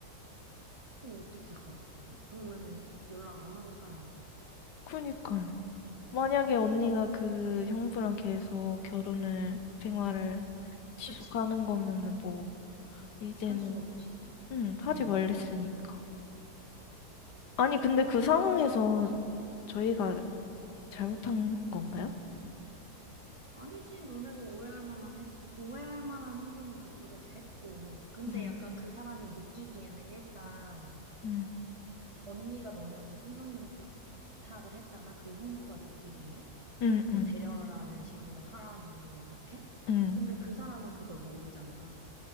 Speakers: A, on the right; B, on the left.
A: 그거 어떻게 가족끼리? 그러면은 연락 안 하고 살아야 되는
B: 그니까요. 만약에 언니가 그 형부랑 계속 결혼을,
A: 거야. 음,
B: 생활을 지속하는
A: 그치?
B: 거면은 뭐, 이제는,
A: 할 수 없지.
B: 응, 하지
A: 음,
B: 말랬으니까. 아니, 근데 그 상황에서 저희가
A: 음,
B: 잘못한 건가요?
A: 아니지, 너네가 오해할 만한 행, 오해할 만한 행동을 그쪽에서 했고. 근데
B: 응,
A: 약간 그 사람이 느끼기에는 일단
B: 응,
A: 언니가 너네한테 손 넘는 부, 부탁을 했잖아. 그 형부가 느끼기에.
B: 응,
A: 뭐
B: 응,
A: 응, 데려가라는 식으로 하라는 둥 이렇게.
B: 응.
A: 근데 그 사람은 그걸 모르잖아.